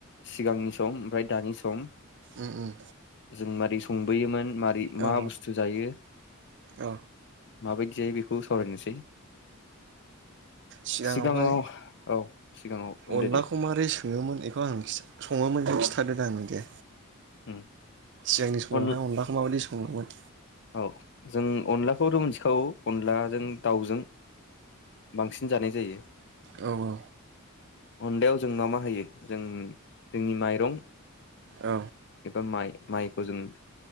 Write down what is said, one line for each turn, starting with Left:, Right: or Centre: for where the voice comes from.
Left: सिगांनि सम ओमफ्राय दानि सम।
Right: उम उम
Left: जों मारै संबोयोमोन मारै मा
Right: औ
Left: बुस्थु जायो।
Right: औ
Left: माबायदि जायो बेखौ सावरायनोसै।
Right: सिगाङावहाय
Left: सिगाङाव औ सिगाङाव होनदो
Right: अनलाखौ
Left: दे
Right: मारै सोङोमोन बेखौ आं मिथि सङोमोन खिन्थादो दां दे।
Left: उम
Right: सिगांनि समावहाय
Left: अन
Right: अनलाखौ माबायदि सङोमोन?
Left: औ जों अनलाखौथ' मोनथिखागौ अनलाजों दाउजों। बांसिन जानाय जायो।
Right: औ औ।
Left: अनलायाव जों मा मा होयो जों जोंनि माइरं
Right: औ
Left: इबा माइ। माइखौ जों